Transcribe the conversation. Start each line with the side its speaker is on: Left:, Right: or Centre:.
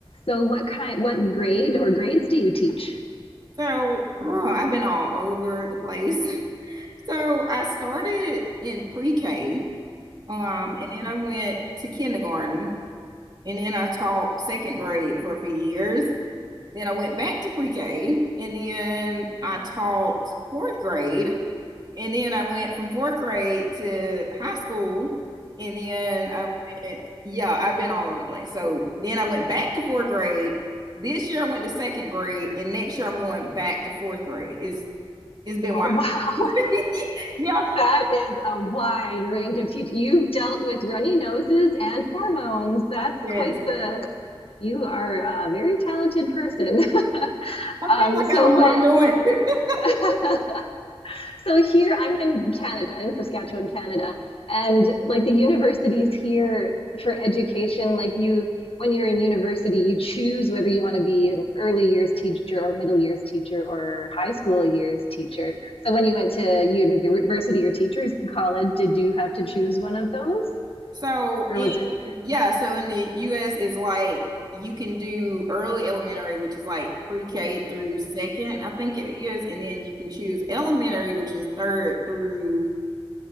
Left: So what kind, what grade or grades do you teach?
Right: So, oh, I've been all over the place. <laughs> So, I started in pre-K, um,
Left: Mm.
Right: and then I went to kindergarten, and then I taught second grade for a few years. Then I went back to pre-K, and then I taught fourth grade, and then I went from fourth grade to high school, and then I went, yeah, I've been all over the place. So, then I went back to fourth grade. This year I went to second grade, and next year I'm going back to fourth grade. It's it's been
Left: Oh,
Right: wild.
Left: wow.
Right: <laughs>
Left: <laughs>
Right: Yeah.
Left: That is a wide range of teach. You've dealt with runny noses and hormones. That's
Right: Yes.
Left: quite the, you are a very talented person. <laughs>
Right: I
Left: Um,
Right: feel like
Left: so
Right: I don't
Left: what?
Right: know what I'm doing. <laughs>
Left: <laughs> So here I'm in Canada, in Saskatchewan, Canada, and like the universities here for education, like you, when you're in university, you choose whether you want to be an early years teacher or middle years teacher or high school years teacher. So when you went to university or teachers college, did you have to choose one of those?
Right: So,
Left: Or was it,
Right: and yeah, so in the US it's like you can do early elementary, which is like pre-K through second, I think it is, and then you can choose elementary, which is third through